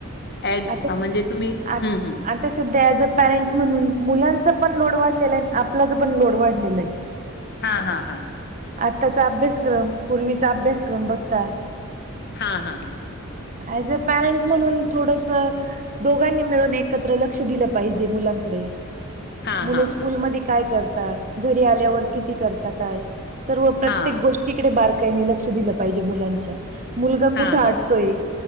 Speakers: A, on the left (about 50°); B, on the right (about 35°).
A: ड
B: आताच
A: म्हणजे तुम्ही.
B: आता.
A: हम्म हम्म
B: सध्या ज अ पॅरेंट म्हणून मुलांचा पण लोड वाढलेला आहे आपल्याच पण लोड वाढलेला आहे.
A: हा हा हा.
B: आत्ताचा अभ्यासक्रम पूर्वीचा अभ्यासक्रम बघता.
A: हा हा.
B: ऍज अ पॅरेंट म्हणून थोडस. दोघांनी मिळून एकत्र लक्ष दिलं पाहिजे मुलांकडे
A: हा
B: मुले
A: हा
B: स्कूलमध्ये
A: हा
B: काय करता घरी आल्यावर किती करता काय? सर्व प्रत्येक
A: हा
B: गोष्टीकडे बारकाईने लक्ष दिलं पाहिजे मुलांच्या मुलगा
A: हा
B: कुठं आटतोय.
A: हा